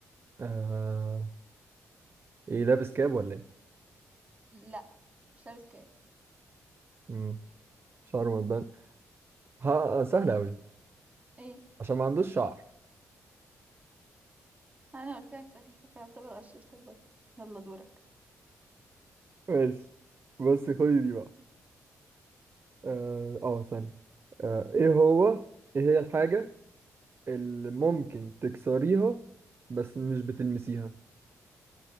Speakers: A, on the right (about 40°); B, on the right (about 25°).
A: آه ايه لابس كاب ولا ايه
B: لا مش لابس كاب
A: امم شعره متبان ها سهل قوي
B: ايه
A: عشان ما عندوش شعر
B: انا قلت لك سخيفة فيعتبر غششتك برضه يلا دورك
A: ماشي بص خدي دي بقى اه آه، ثانية آه ايه هو ايه هي الحاجة اللي ممكن تكسريها بس مش بتلمسيها